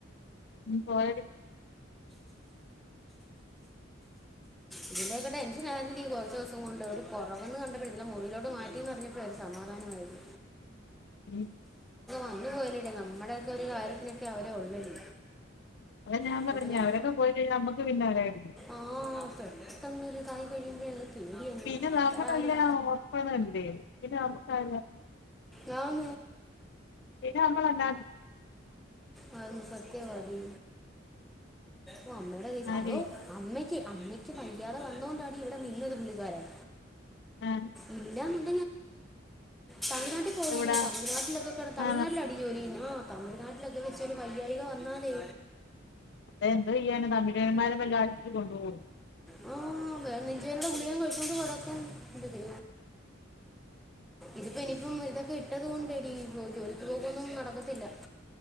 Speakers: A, on the left (about 60°); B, in the centre.
A: <unintelligible>
B: ഇതിന്റെൊക്കെ ടെൻഷൻ ആയിരുന്നില്ല കുറച്ച ദിവസം കൊണ്ട് ഒരുര് കുറവന്ന് കണ്ടപ്പോഴ ഇല്ല മുറിിലോട്ട് മാറ്റി അപ്പോഴ ഒരു സമാധാനമായിത്
A: മ്
B: അു പോയിലട നമ്മുടെയ ഒക്കെ ഒരു കാര്യത്തിനൊക്കെ അവരെ ഉള്ളടി
A: അത ഞാൻ
B: അപ്പൊ
A: പറഞ്ഞ
B: പിന്നെ
A: അവരൊക്കെ പോയി കഴിഞ്ഞാൽ നമ്മുക്ക് പിന്നെ വരാു
B: ആ പെട്ടെന്നൊരു ഇതായി കഴിയുമ്പോഴേ പേടിയാണ്
A: പിന്നെ നമ്മളെല്ലാം
B: വേറെ ആരും
A: ഓർപ്പണുണ്ട് പിന്നെ നമ്മക്ക
B: ഞാൻ
A: പിന്നെ നമ്മൾല്ല
B: അതൊന്ന് സത്യമാടി ഓ അമ്മയുടെ
A: ആരുമില്ല
B: അതോ അമ്മയ്ക്ക് അമ്മയ്ക്ക് വയ്യാതെ വന്നതോൊണ്ടാണ് ഇവിടെ നിന്നത് പുള്ളിക്കാരൻ
A: ആ
B: ഇന്ത തമിഴ്ാട്ടിൽ പോയിനേ
A: എവിടാ
B: തമിഴ്ാട്ടൊക്കെ തമി്ാട്ട
A: ആ
B: അടി ജോലനാ തമി്ാട്ടൊക്കെ വെച്ച ഒരു വല ല്ലാം വന്നാനേ
A: അത എന്ത് ചെയ്യാന തമിലേന്മാരെ വല്ല ആഴ്ച്ച് കൊണ്ടുപോകു
B: ആ വേറെ നെഞ്ചുവേന്റെ ഗുളിക ഞാൻ കഴിച്ചത് കൊടക്കും ജോ ഇതിപ്പോ ഇനിയിപ്പം ഇതൊക്കെ ഇട്ടത് കൊണ്ട്ടി ജോലിക്ക് പോകൊന്നും നടക്കത്തില്ല